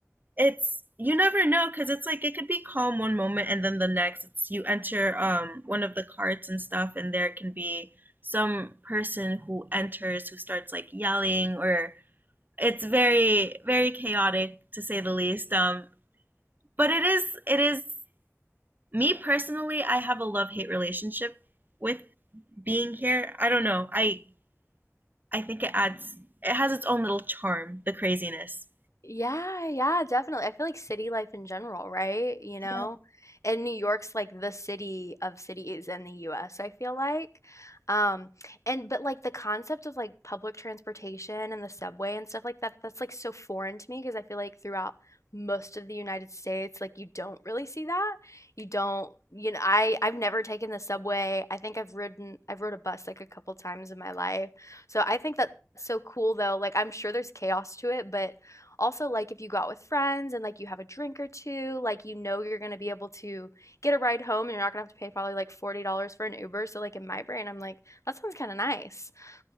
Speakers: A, on the right; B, on the left.
A: it's you never know because it's like it could be calm one moment and then the next it's you enter um one of the carts and stuff, and there can be some person who enters who starts like yelling or it's very very chaotic to say the least. Um, but it is it is me personally, I have a love-hate relationship with being here. I don't know. I I think it adds it has its own little charm, the craziness.
B: Yeah, yeah, definitely. I feel like city life in general, right? You know,
A: Yeah.
B: and New York's like the city of cities in the US, I feel like. Um, and but like the concept of like public transportation and the subway and stuff like that, that's like so foreign to me because I feel like throughout most of the United States, like you don't really see that. You don't, you know, I I've never taken the subway. I think I've ridden I've rode a bus like a couple times in my life. So I think that's so cool though. Like I'm sure there's chaos to it, but also, like if you go out with friends and like you have a drink or two, like you know you're gonna be able to get a ride home and you're not gonna have to pay probably like $40 for an Uber. So like in my brain, I'm like, that sounds kind of nice. <laughs>